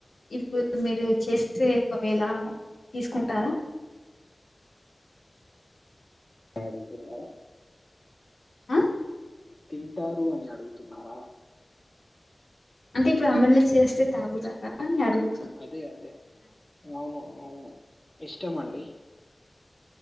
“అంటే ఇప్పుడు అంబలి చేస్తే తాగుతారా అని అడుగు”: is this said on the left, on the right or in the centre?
Left